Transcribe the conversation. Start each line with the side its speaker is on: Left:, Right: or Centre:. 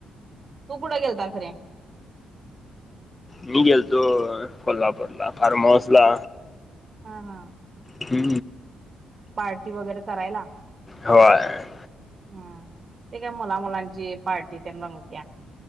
Right: तू कुठं गेलतास रे?
Left: मी गेलतो कोल्हापूरला फार्म हाऊस ला.
Right: हा हा
Left: हू
Right: पार्टी वगैरे करायला?
Left: व्हय
Right: हा ते काय मुला मुलांची पार्टी तेन रंगत्या